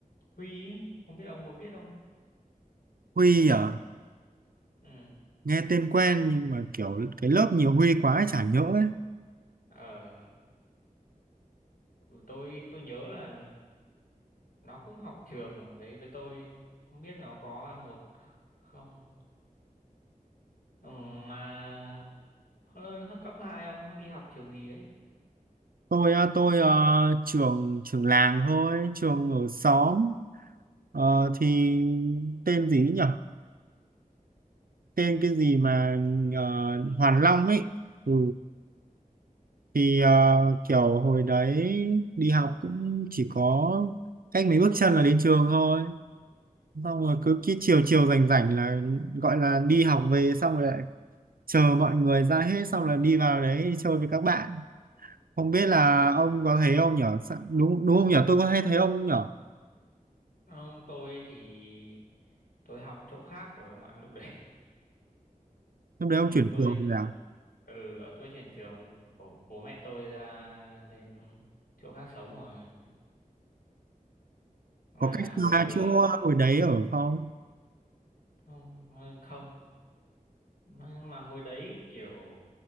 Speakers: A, on the left; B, on the right.
A: Huy ấy. không biết ông có biết không
B: Huy à
A: ừ.
B: nghe tên quen nhưng mà kiểu cái lớp nhiều Huy quá ấy, chả nhớ ấy
A: ờ ừ, tôi tôi nhớ là nó cũng học trường ấy với tôi không biết nó có a một không ừ, mà hồi cấp 2 ông đi học trường gì đấy
B: tôi ờ, tôi ờ, trường trường làng thôi trường ở xóm Ờ, thì tên gì ấy nhỉ? Tên cái gì mà ờ, Hoàn Long ấy. Ừ. Thì ờ,
A: ừ.
B: kiểu hồi đấy đi học cũng chỉ có cách mấy bước chân là đến trường thôi. Xong rồi cứ cái chiều chiều rảnh rảnh là gọi là đi học về xong rồi lại chờ mọi người ra hết xong là đi vào đấy chơi với các bạn. Không biết là
A: Ừ.
B: ông có thấy ông nhỉ? Sao- Đúng đúng không nhỉ? Tôi có hay thấy ông nhỉ?
A: Không, tôi thì tôi học chỗ khác rồi ông ạ lúc đấy. <laughs>
B: Lúc đấy
A: Ừ,
B: ông chuyển
A: tôi
B: trường rồi à?
A: ừ, tôi chuyển trường rồi kiểu bố mẹ tôi ra lên chỗ khác sống rồi. Mà
B: Có cách
A: hồi
B: xa
A: đấy
B: chỗ hồi đấy ở không?
A: không không mà, mà hồi đấy kiểu